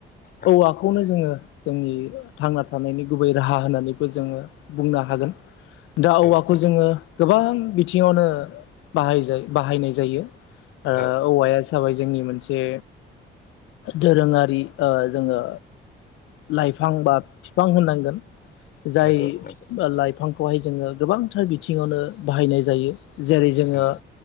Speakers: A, on the left; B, on the left.
A: औ
B: औवाखौनो जोङो। जोंनि थांना थानायनि गुबै राहा होननानैबो जोङो। बुंनो हागोन दा औवाखौ
A: औ नोंथां
B: जोङो गोबां बिथिङावनो। बाहाजा बाहायनाय जायो ओ
A: औ
B: औवाया जाबाय। जोंनि मोनसे दोरोङारि ओ जोङो। लाइफां बा बिफां होननांगोन। जाय
A: नंगौ नंगौ
B: लाइफांखौहाय जोङो गोबांथार बिथिङावनो बाहायनाय जायो। जेरै जोङो
A: नंगौ